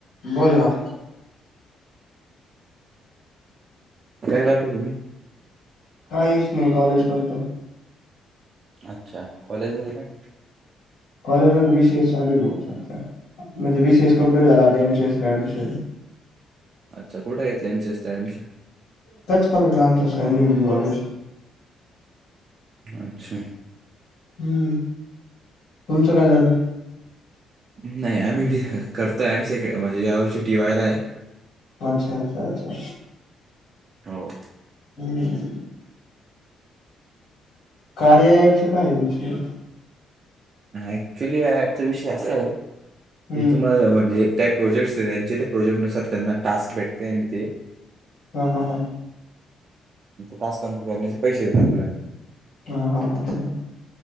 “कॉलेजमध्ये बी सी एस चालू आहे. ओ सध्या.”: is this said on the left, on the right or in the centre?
Left